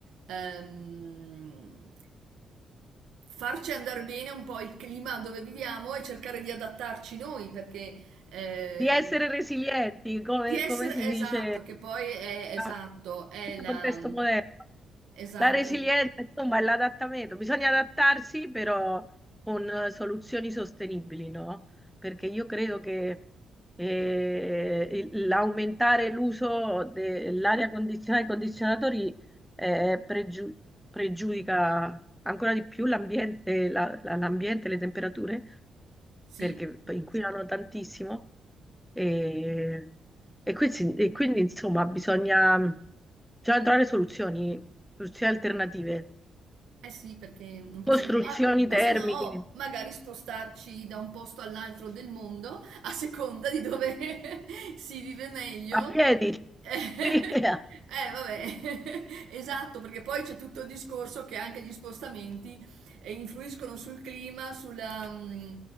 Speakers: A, on the right; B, in the centre.
A: ehm, farci andare bene un po' il clima dove viviamo e cercare di adattarci noi, perché eh,
B: di essere resilienti, come,
A: di essere
B: come si dice
A: esatto, che poi è esatto,
B: a- in
A: è
B: questo
A: la...
B: contesto moderno.
A: Esatto,
B: La resilienza, insomma, è l'adattamento. Bisogna adattarsi, però con eh, soluzioni sostenibili, no? Perché io credo che eh, il- l'aumentare l'uso dell'aria condizionata e condizionatori eh, pregiu- pregiudica ancora di più l'ambiente, la- la- l'ambiente, le temperature,
A: sì.
B: perché inquinano tantissimo. E, e quindi, e quindi, insomma, bisogna, bisogna trovare soluzioni, soluzioni alternative,
A: Eh sì, perché non possiamo...
B: costruzioni
A: ah, o
B: termiche
A: se no, magari spostarci da un posto all'altro del mondo, a seconda di dove <laughs> si vive meglio.
B: a piedi.
A: Eh,
B: Sì, <laughs> eh
A: eh, vabbè, <laughs> esatto, perché poi c'è tutto il discorso che anche gli spostamenti eh, influiscono sul clima, sulla, mm,